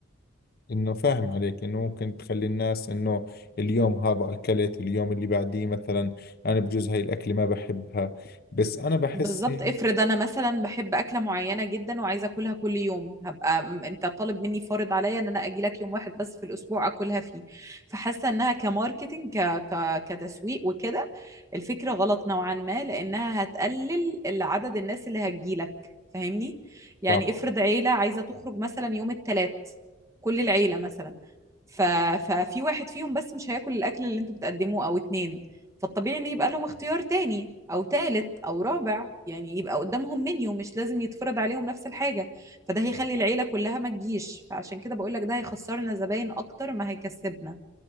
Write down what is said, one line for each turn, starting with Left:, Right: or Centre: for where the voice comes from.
Left: انه فاهم عليك انه ممكن تخلي الناس انه اليوم هذا اكلت اليوم اللي بعديه مثلا انا بجوز هاي الاكله ما بحبها بس انا بحس
Right: بالضبط
Left: هي
Right: افرض انا مثلا بحب اكله معينه جدا وعايزه اكلها كل يوم هبقى م- انت طالب مني فارض عليا ان انا اجي لك يوم واحد بس في الاسبوع اكلها فيه فحاسه انها كماركتنج ك... ك... كتسويق وكده الفكره غلط نوعا ما لانها هتقلل ال- عدد الناس اللي هتجي لك فاهمني يعني
Left: صح
Right: افرض عيله عايزه تخرج مثلا يوم الثلاث كل العيله مثلا ف... ففي واحد فيهم بس مش هياكل الاكل اللي انتوا بتقدموه او اتنين فالطبيعي ان يبقى لهم اختيار تاني او تالت او رابع يعني يبقى قدامهم منيو مش لازم يتفرض عليهم نفس الحاجة فده هيخلي العيلة كلها ما تجيش فعشان كده بقول لك ده هيخسرنا زباين اكتر ما هيكسبنا